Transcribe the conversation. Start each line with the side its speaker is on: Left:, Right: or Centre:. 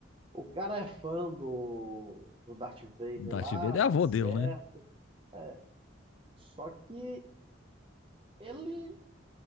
Right: o cara é fã do, do Darth Vader
Left: Darth
Right: lá,
Left: Vader é
Right: tá
Left: avô
Right: certo.
Left: dele, né?
Right: é, Só que ele né,